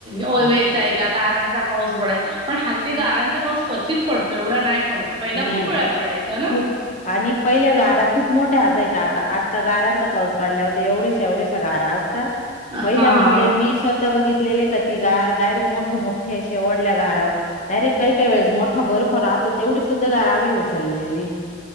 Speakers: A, on the right; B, on the left.
A: ओ.
B: आणि
A: चाईला
B: तसं-
A: गारांचा पाऊस बडाय पण हलदी गारांचा पाऊस क्वचित पडतो एवढा नाही. पडत पहिला
B: नाही
A: खूप वेळा पडायचा ना
B: खूप आणि पहिल्या गारा खूप मोठ्या असायच्या आता आत्ता गारांचा पाऊस पडला होता एवढ्याशा एवढ्याशा गार.
A: हा
B: पहिल्या म्हणजे मी स्वतः बघित. का ती गार डायरेक्ट मोठे मोठे असे ओढल्या गारावर डायरेक्ट काही काही वेळेस मोठा बर्फ राहतो तेवढी सुद्धा गार आम्ही उचललेली.